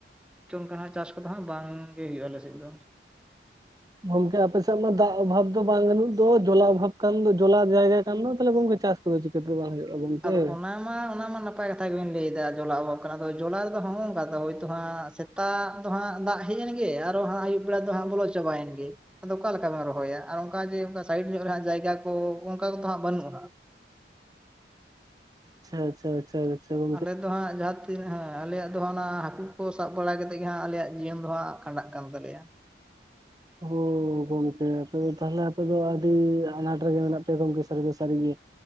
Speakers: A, in the centre; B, on the right (about 20°).
A: ᱛᱩᱝ ᱠᱟᱱᱟ ᱦᱟᱜ ᱪᱟᱥ ᱠᱚᱫᱚ ᱦᱟᱸᱜ ᱵᱟᱝᱜᱮ ᱦᱩᱭᱩᱜᱼᱟ ᱟᱞᱮ ᱥᱮᱫ ᱫᱚ।
B: ᱜᱚᱝᱠᱮ ᱟᱯᱮᱥᱮᱫ ᱢᱟ ᱫᱟᱜ ᱚᱵᱷᱟᱵ ᱫᱚ ᱵᱟᱱᱩᱜ ᱫᱚ ᱡᱚᱞᱟ ᱚᱵᱷᱟᱵ ᱠᱟᱱ ᱫᱚ ᱡᱚᱞᱟ ᱡᱟᱭᱜᱟ ᱠᱟᱱ ᱫᱚ ᱛᱟᱦᱚᱞᱮ ᱜᱚᱝᱠᱮ ᱪᱟᱥᱼᱼ ᱠᱚ ᱪᱤᱠᱟᱹᱛᱮ ᱵᱟᱝ ᱦᱩᱭᱩᱜᱼᱟ ᱜᱚᱝᱠᱮ?
A: ᱟᱫᱚ ᱚᱱᱟ ᱢᱟ ᱚᱱᱟ ᱢᱟ ᱱᱟᱯᱟᱭ ᱠᱟᱛᱷᱟ ᱜᱮᱵᱤᱱ ᱞᱟᱹᱭᱮᱫᱟ ᱡᱚᱞᱟ ᱚᱵᱷᱟᱵ ᱠᱟᱱᱟ, ᱡᱚᱞᱟ ᱨᱮᱫᱚ ᱦᱚᱜᱼᱚᱝᱠᱟ ᱦᱳᱭᱛᱳ ᱦᱟᱜᱼᱼ ᱫᱟᱜ ᱫᱚ ᱦᱟᱸᱜ ᱫᱟᱜ ᱦᱮᱡ ᱮᱱᱜᱮ ᱟᱨᱚ ᱦᱟᱸᱜ ᱟᱭᱩᱵ ᱵᱮᱲᱟ ᱫᱚ ᱦᱟᱸᱜ ᱵᱚᱞᱚ ᱪᱟᱵᱟᱭᱮᱱ ᱜᱮ। ᱟᱫᱚ ᱚᱠᱟ ᱞᱮᱠᱟ ᱵᱮᱱ ᱨᱚᱦᱚᱭᱟ ᱟᱨ ᱚᱱᱠᱟ ᱡᱮ ᱚᱱᱠᱟ ᱥᱟᱭᱤᱰ ᱧᱚᱜ ᱨᱮ ᱦᱟᱸᱜ ᱡᱟᱭᱜᱟ ᱠᱚ ᱚᱱᱠᱟ ᱠᱚᱫᱚ ᱦᱟᱸᱜ ᱵᱟᱹᱱᱩᱜᱼᱟ।
B: ᱟᱪᱷᱟ ᱟᱪᱷᱟ। ᱪᱷᱟ ᱪᱷᱟᱣᱼᱼ
A: ᱟᱞᱮ ᱫᱚ ᱦᱟᱸᱜ ᱡᱟᱸᱦᱟᱼᱼ ᱛᱤ ᱦᱮᱸ ᱟᱞᱮᱭᱟᱜ ᱫᱚ ᱦᱟᱸᱜ ᱚᱱᱟ ᱦᱟᱹᱠᱩ ᱠᱚ ᱥᱟᱵ ᱵᱟᱲᱟ ᱠᱟᱛᱮᱜ ᱜᱮ ᱦᱟᱸᱜ ᱟᱞᱮᱭᱟᱜ ᱡᱤᱭᱚᱱ ᱫᱚ ᱦᱟᱸᱜ ᱠᱷᱟᱸᱰᱟᱜ ᱠᱟᱱ ᱛᱟᱞᱮᱭᱟ।
B: ᱚ ᱜᱚᱝᱠᱮ ᱟᱯᱮ ᱛᱟᱦᱚᱞᱮ ᱟᱯᱮ ᱫᱚ ᱟᱹᱰᱤ ᱟᱱᱟᱴ ᱨᱮᱜᱮ ᱢᱮᱱᱟᱜ ᱯᱮᱭᱟ ᱜᱚᱢᱠᱮ ᱥᱟᱹᱨᱤ ᱫᱚ ᱥᱟᱹᱨᱤᱜᱮ